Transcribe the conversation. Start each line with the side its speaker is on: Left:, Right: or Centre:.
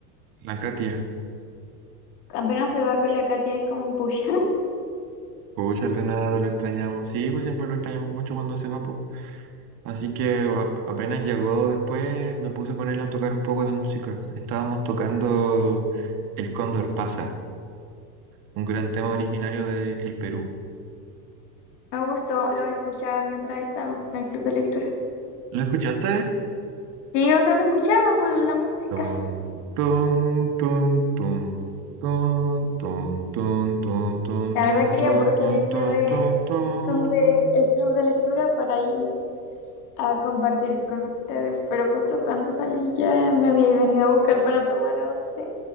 Right: La Katia.
Left: Apenas se va con la Katia es como, pucha.
Right: Pues el Renato lo extrañamos. Sí, pues siempre lo extrañamos mucho cuando se va, po. Así que a- apenas llegó después, me puse con él a tocar un poco de música. Estábamos tocando El Cóndor Pasa, un gran tema originario de El Perú.
Left: Me gustó, lo escuchaba mientras estaba en el club de lectura.
Right: ¿Lo escuchaste?
Left: Sí, o sea, se escuchaba por la música.
Right: Tun, tun, tun, tun, tun, tun, tun, tun, tun,
Left: La
Right: tun,
Left: verdad quería
Right: tun,
Left: puro salirme
Right: tun, tun,
Left: de
Right: tun, tun.
Left: Zoom del club de lectura para ir a compartir con ustedes, pero justo cuando salí ya me habíais venido a buscar para tomar once.